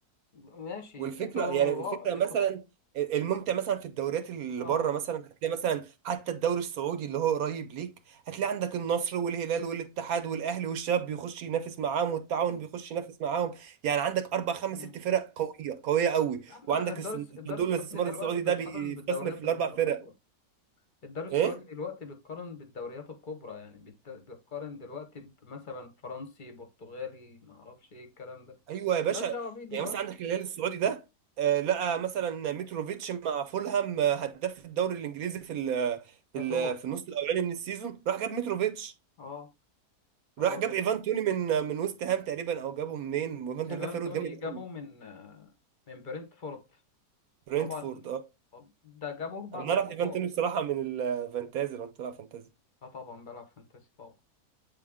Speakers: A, on the left; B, on the right.
A: ماشي
B: والفكره
A: انتوا
B: يعني الفكره
A: اه
B: مثلا
A: انتوا في...
B: الممتع مثلا في الدوريات اللي
A: اه
B: بره مثلا هتلاقي مثلا حتى الدوري السعودي اللي هو قريب ليك هتلاقي عندك النصر والهلال والاتحاد والاهلي والشباب بيخش ينافس معاهم والتعاون
A: يا
B: بيخش ينافس معاهم يعني عندك اربع خمس
A: عم
B: ست فرق قويه قويه قوي
A: يا عم
B: وعندك
A: لا الدار
B: الصن-
A: الس- الدار
B: صندوق
A: السعودي
B: الاستثمار
A: دلوقتي
B: السعودي
A: بتقارن
B: ده بيستثمر
A: بالدوريات
B: في الاربع
A: الكبرى
B: فرق
A: الدار السعودي
B: ايه
A: دلوقتي بتقارن بالدوريات الكبرى يعني بت- بتقارن دلوقتي بمثلا فرنسي برتغالي ما اعرفش ايه الكلام ده
B: ايوه يا باشا
A: ملهاش دعوة بيه دلوقتي
B: يعني مثلا عندك الهلال السعودي ده آه، لقى مثلا متروفيتش مع فولهام آه، هداف الدوري الانجليزي في ال في
A: هاتوه
B: ال في النص الاولاني من السيزون راح جاب متروفيتش
A: اه اه
B: راح جاب
A: ده
B: ايفان
A: ح-
B: توني من آه، من ويست هام تقريبا او جابه منين وايفان
A: ايفان
B: توني ده فيرود
A: توني
B: جامد
A: جابه
B: قوي
A: من آه، من برنتفورد
B: برنتفورد
A: طبعا
B: اه
A: طب ده جابه بعد
B: انا
A: الإقاب
B: اعرف ايفان توني بصراحه من الفانتازي لو انت بتلعب فانتازي
A: اه طبعا بلعب فانتاسي طبعا